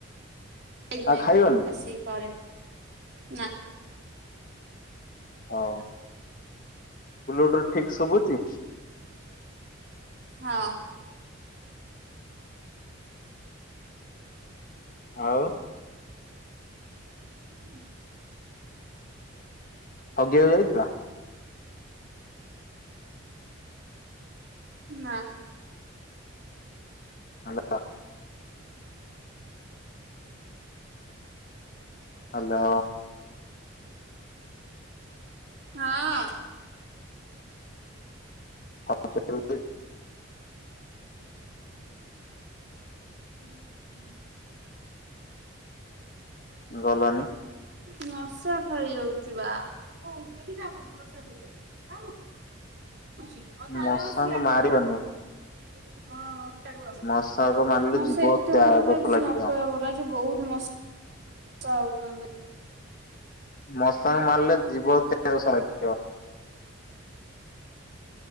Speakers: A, on the right; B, on the left.
A: <unintelligible>
B: ଆଉ ଖାଇବନି
A: ଆସିବି ପରେ ନା।
B: ହଉ। ବ୍ଲୁଟୁଥ ଠିକ୍ ଶୁବୁଚି?
A: ହଁ।
B: ଆଉ
A: ହୁଁ।
B: ଆଉ ଜିଅ ଯାଇଥିଲା?
A: ନା।
B: ହାଲୋ। ହାଲୋ।
A: ହଁ।
B: <unintelligible>
A: ହୁଁ ହଁ।
B: ଗଲନି।
A: ମଶା ଖାଇଯାଉଚି ବା। <unintelligible>
B: ମଶାଙ୍କୁ ମାରିବନି
A: ମଉସା ଏତେ ଓଜନ ଆଜି
B: ମଶାଙ୍କୁ
A: ନ
B: ମାରିଲେ
A: କଇବା
B: ଜୀବ ହତ୍ୟା
A: ଭଲ
B: ଦୋଷ
A: ଆଜି
B: ଲାଗିବ
A: ବହୁ <unintelligible> ଚାଉଚନ୍ତି।
B: ମଶା କୁ ମାରିଲେ ଜୀବ ହତ୍ୟା ଦୋଷ ଲାଗିବ।